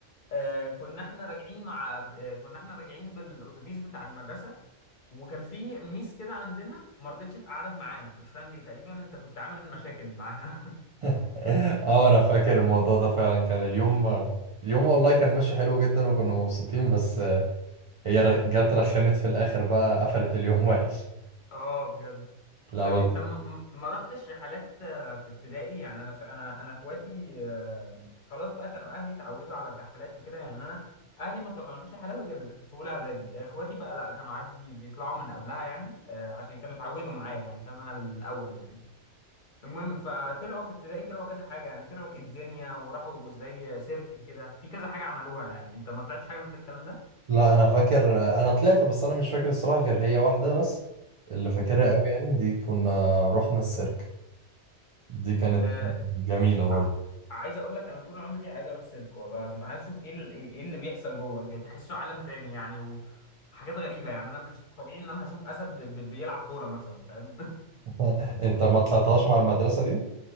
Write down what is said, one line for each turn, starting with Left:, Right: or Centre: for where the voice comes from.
Left: آه كنا احنا راجعين مع آه كنا احنا راجعين بالأتوبيس بتاع المدرسة وكان في ميس كده عندنا ما رضتش تقعدك معانا مش فاهم ليه تقريبا انت كنت عامل مشاكل معاها
Right: <laughs> اه انا فاكر الموضوع ده فعلا كان اليوم اليوم والله كان ماشي حلو جدا وكنا مبسوطين بس آه، هي رخ- جت رخمت في الاخر بقى قفلت اليوم <laughs> وحش
Left: <laughs> اه بجد
Right: لا
Left: طيب
Right: بس
Left: انت م- م- ما رحتش رحلات آه، في ابتدائي يعني انا ف... انا انا اخواتي آه، خلاص بقى كانوا اهلي اتعودوا على الرحلات وكده يعني انا اهلي ما طلعونيش رحلات غير في اولى اعدادي اخواتي بقى لا كانوا عادي بيطلعوا من قبلها يعني آه، عشان كانوا اتعودوا معايا يعني فاهم انا الاول وكده المهم فطلعوا في ابتدائي طلعوا كذا حاجه يعني طلعوا كيدزينيا وراحوا زي سيرك كده في كذا حاجه عملوها يعني انت ما طلعتش حاجه من الكلام ده
Right: لا انا فاكر انا طلعت بس انا مش فاكر الصراحه غير هي واحده بس اللي فاكرها
Left: امم
Right: قوي يعني دي كنا رحنا السيرك دي كانت
Left: آه
Right: جميله برضه
Left: ع- عايز اقول لك انا طول عمري عايز اروح سيرك والله العظيم عايز اشوف ايه ال- ايه اللي بيحصل جوه جاي تحسه عالم تاني يعني وحاجات غريبه يعني انا مش طبيعي ان انا هشوف اسد ب- ب- بيلعب كوره مثلا فاهم <laughs>
Right: <laughs> انت ما طلعتهاش مع المدرسه دي